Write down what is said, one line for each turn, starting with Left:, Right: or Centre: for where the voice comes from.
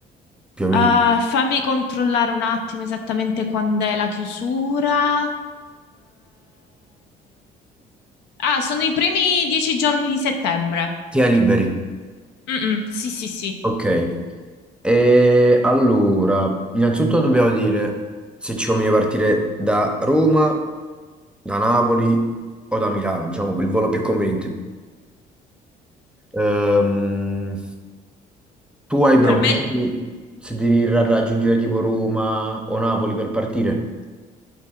Centre: più o meno.
Left: Ah, fammi controllare un attimo esattamente quando è la chiusura. Eh, Ah, sono i primi dieci giorni di settembre.
Centre: Chi è liberi?
Left: Mm, mm, Sì, sì, sì.
Centre: Ok. E allora, innanzitutto dobbiamo dire se ci conviene partire da Roma, da Napoli o da Milano, diciamo il volo più conveniente. Ehm, tu hai problemi
Left: Per me...
Centre: se devi ra- raggiungere tipo Roma o Napoli per partire?